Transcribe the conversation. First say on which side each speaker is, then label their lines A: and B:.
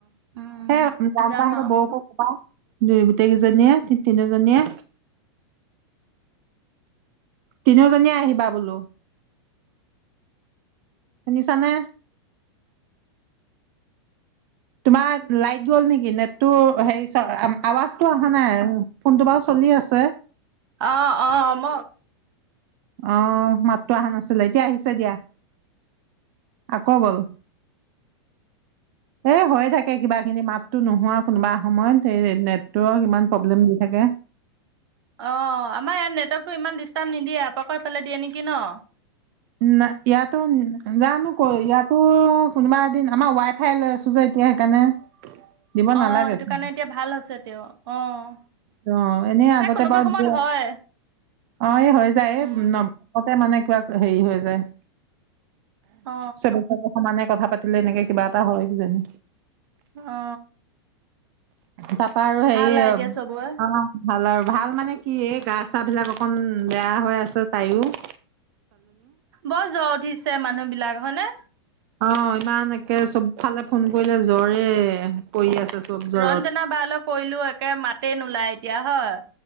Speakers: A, on the right (about 65°); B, on the right (about 45°).
A: উম,
B: সেই জান
A: যাম
B: দাহতৰ
A: আৰু।
B: বৌকো কবা দুই গোটেই কেইজনীয়ে তি তিনোজনীয়ে। তিনিওজনীয়ে আহিবা বোলো। এ শুনিছানে? তোমাৰ লাইট গ'ল নেকি নেটটো হেৰি আৱাজটো অহা নাই ফোনটো বাৰু। চলি আছে
A: অ অ ম
B: অহ মাততো অহা নাছিলে এতিয়া আহিছে দিয়া আকৌ গল এ হৈ থাকে কিবা কিবি মাতো নোহোৱা কোনোবা সময়ত এই নেট ইমান প্ৰব্লেম।। দি থাকে
A: অ আমাৰ ইয়াত নেটৱৰ্কতটো ইমান দিচ দিচটাপ নিদিয়ে আপোনালোকৰ সেইফালে দিয়ে নেকি ন?
B: ন ইয়াতো জানো ক ইয়াতো কোনোবা এদিন আমাৰ ৱাই ফাই লৈছো যে সেয়া সেইকাৰণে দিব নালাগে
A: আহ সেইটো
B: চোন
A: কাৰণে এতিয়া ভাল আ হৈছে তেওঁ অ'।
B: অ এনেই আগতে
A: এই কোনোবা
B: বাৰু
A: সময়ত
B: দিয়ে
A: হয়
B: অ এই হৈ যায়
A: উম
B: নমতে মানে কিবা হেৰি হৈ যায়
A: অ
B: চবেই <unintelligible> সমানে কথা পাতিলে এনেকে কিবা এটা হয় কিজানি
A: অ
B: তাৰপা আৰু হেৰি
A: ভাল
B: অ।
A: এতিয়া চবৰে
B: ভাল আৰু ভাল মানে কি এই গা চা বিলাক অকন বেয়া হৈ আছে তাইও।
A: বৰ জ্বৰ উঠিছে মানুহ বিলাক হয়নে?
B: অ ইমান একে চব ফালে ফোন কৰিলে জ্বৰে পৰি আছে। চব জ্বৰত।
A: ৰঞ্জনা বা লৈ কৰিলো একে মাতে নোলায় এতিয়া হয়।